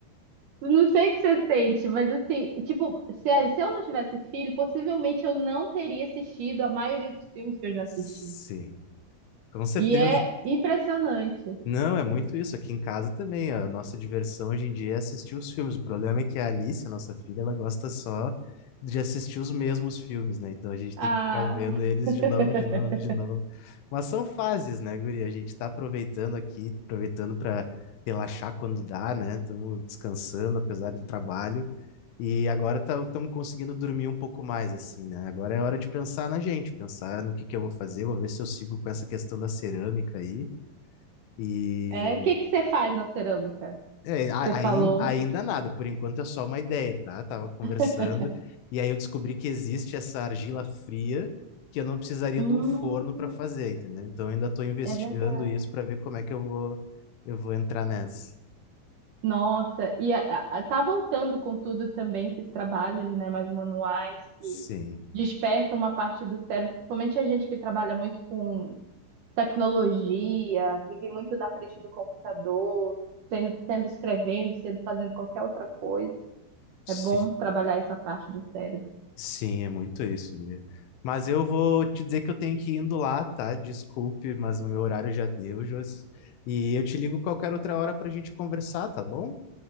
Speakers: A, on the right; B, on the left.
A: Não sei o que você sente, mas assim, tipo, se, a- se eu não tivesse filho, possivelmente eu não teria assistido a maioria dos filmes que eu já
B: Sim,
A: assisti.
B: com certeza.
A: E é impressionante.
B: Não, é muito isso. Aqui em casa também, a nossa diversão hoje em dia é assistir os filmes. O problema é que a Alice, a nossa filha, ela gosta só de assistir os mesmos filmes, né? Então a gente tem
A: Ah,
B: que ficar vendo eles
A: <laughs>
B: de novo, de novo, de novo. Mas são fases, né, guria? A gente está aproveitando aqui, aproveitando para relaxar quando dá, né? Estamos descansando, apesar do trabalho. E agora estamos conseguindo dormir um pouco mais, assim, né? Agora é hora de pensar na gente, pensar no que que eu vou fazer, vou ver se eu sigo com essa questão da cerâmica aí. E
A: é, o que que você faz na cerâmica?
B: é, a-
A: Você falou.
B: ain- ainda nada, por enquanto é só uma ideia, tá? Tava conversando
A: <laughs>
B: e aí eu descobri que existe essa argila fria que eu não precisaria
A: Hum,
B: de um forno para fazer, entendeu? Então eu ainda estou investigando
A: é verdade.
B: isso para ver como é que eu vou eu vou entrar nessa.
A: Nossa, e a- a- tá voltando com tudo também esses trabalhos, né, mais manuais que
B: Sim,
A: despertam uma parte do cérebro, principalmente a gente que trabalha muito com tecnologia, vive muito na frente do computador, sendo, sendo escrevendo, sendo fazendo qualquer outra coisa.
B: sim,
A: É bom trabalhar essa parte do cérebro.
B: sim, é muito isso, guria. Mas eu vou te dizer que eu tenho que ir indo lá, tá? Desculpe, mas o meu horário já deu, Josi. E eu te ligo qualquer outra hora para a gente conversar, tá bom?